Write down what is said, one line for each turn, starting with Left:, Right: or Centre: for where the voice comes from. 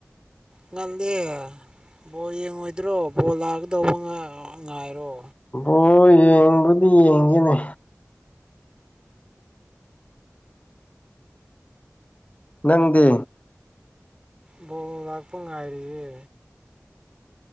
Right: ꯉꯜꯂꯦ ꯕꯣꯜ ꯌꯦꯡꯉꯣꯏꯗ꯭ꯔꯣ ꯕꯣꯜ ꯂꯥꯛꯒꯗꯧꯕ ꯉꯥꯏꯔꯣ
Left: ꯏ ꯣ ꯌꯦꯡꯕꯗꯤ ꯌꯦꯡꯈꯤꯦꯅꯦ ꯅꯪꯗꯤ
Right: ꯕꯣꯜ ꯂꯥꯛꯄ ꯉꯥꯏꯔꯤꯌꯦ